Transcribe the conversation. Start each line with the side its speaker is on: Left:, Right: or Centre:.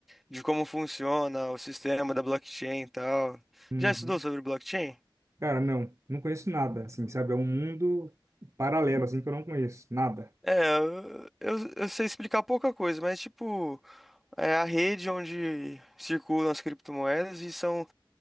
Centre: de como funciona o sistema da blockchain e tal.
Right: Uhum.
Centre: Já estudou sobre blockchain?
Right: Cara, não, não conheço nada, assim, sabe? É um mundo paralelo, assim, que eu não conheço, nada.
Centre: É, eu, eu, eu sei explicar pouca coisa, mas tipo. É a rede onde circulam as criptomoedas e são,